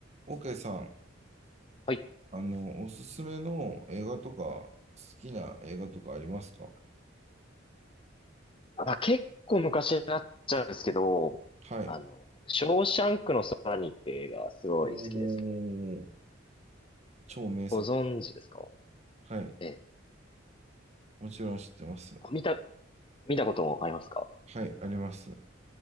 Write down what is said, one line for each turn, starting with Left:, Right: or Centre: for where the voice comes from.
Right: オーケーさん、
Left: はい。
Right: あの、おすすめの映画とか、好きな映画とかありますか
Left: まあ、結構昔になっちゃうんですけど、
Right: はい。
Left: あの、ショーシャンクの空にって映画すごい好きですね。
Right: おー、超名作。
Left: ご存知ですか
Right: はい。
Left: ええ。
Right: もちろん知ってます。
Left: あ見た、見たこともありますか
Right: はい、あります。